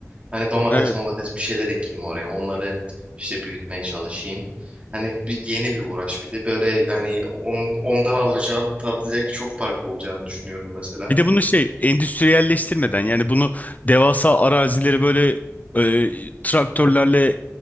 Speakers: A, on the right; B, on the left.
A: Hani domates,
B: Evet.
A: domates bir şeyler ekeyim oraya. Onları işte büyütmeye çalışayım. Hani bir yeni bir uğraş bir de böyle hani on, ondan alacağın tatlı zevk çok farklı olacağını düşünüyorum mesela.
B: Bir de bunu şey endüstriyelleştirmeden yani bunu devasa arazileri böyle e, traktörlerle